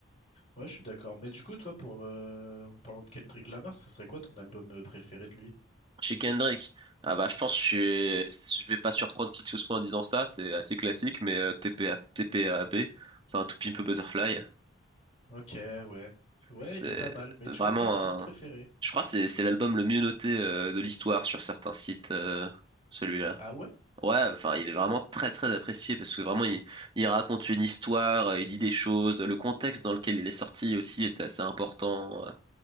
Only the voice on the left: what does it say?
Ouais, je suis d'accord. Mais du coup, toi, pour euh, en parlant de Kendrick Lamar, ce serait quoi ton album euh, préféré de lui?
Ok, ouais. Ouais,
il est pas mal. Mais
tu vois, moi, c'est pas mon préféré.
Ah ouais?